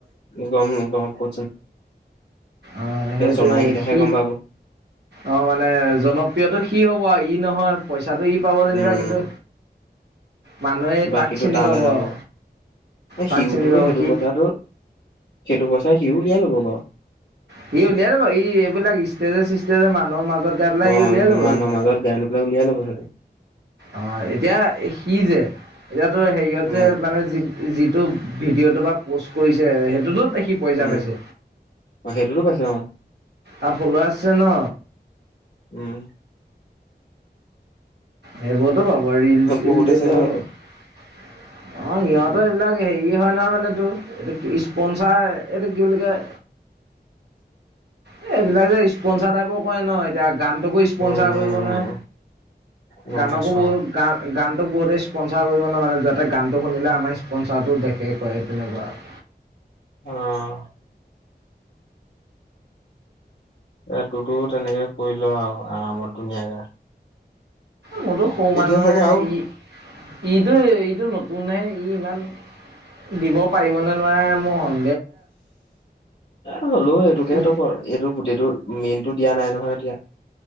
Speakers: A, on the left; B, on the right.
A: গ'ম গমকে
B: অ' সেইটো
A: জনাইকেইটাহে
B: সি
A: গম পাব
B: অ' মানে জনত প্ৰিয়তাটো সি হ'ব ই নহয় পইচাটো ই পাব যেনিবা,
A: উম,
B: কিন্তু মানুহে
A: বাকীটো
B: তাক চিনি
A: তালৈ
B: পাব
A: যাব
B: আৰু তাক
A: সিউটোতো
B: চিনি পাব
A: সেইটো
B: সি
A: পইচা সেইটো পইচাৰ সিও উলিয়াই ল'ব বাৰু।
B: সি উলিয়াই ল'ব ই এইবিলাক ইষ্টেজে চিষ্টেজে মানুহৰ মাজত গাই পেলাই
A: অ'
B: সি উলিয়াই ল'ব
A: মানুহৰ
B: এইবিলাক
A: মাজত গাই লৈ পেলাই উলিয়াই ল'ব সিহঁতে।
B: অ' এতিয়া সি যে এতিয়াতো হেৰিয়ত
A: উম,
B: যে মানে যি যিটো ভিডিঅ'টো বা প'ষ্ট কৰিছে সেইটোতোি পইচা
A: উম,
B: পাইছে।
A: অ', সেইটোতো পাইছে অ',
B: আ ফলুৱাছ আছে ন।
A: উম।
B: সেইবোৰতো পাব ৰিল চিল
A: বহুতে
B: দিলে
A: চাইছে ন
B: পাব। অ সিহঁতৰ
A: উম
B: এইবিলাক হেৰি হয় নহয় মানেটো এইটো স্পনচাৰ এইটো কি বুলি কয় এই এইবিলাক যে স্পনচাৰ ট্ৰাইপৰ কয় ন এতিয়া গানটোকো স্পনচাৰ
A: উম
B: কৰিব নহয়
A: গম
B: গানকো
A: পাইছো
B: বহুত গ গান বহুতে স্পনচাৰ কৰিব ন তাতে গানটো শুনিলে আমাৰ স্পনচাৰটো দেখে কৰে তেনেকুৱা আৰু
A: আহ। এ তোৰতো তেনেকে কৰিলো আৰু আৰামত ধুনীয়াকে
B: মোৰতো সৌ মানুহে
A: এতিয়া চাগে আৰু
B: ই ইটো ইটো নতুনহে ই ইমান দিব পাৰিবনেে নোৱাৰাৰে মোৰন
A: এ হ'লো এইটোকে
B: ই
A: ত কৰ এইটো গোটেইটো মেইনতটো দিয়া নাই নহয় এতিয়া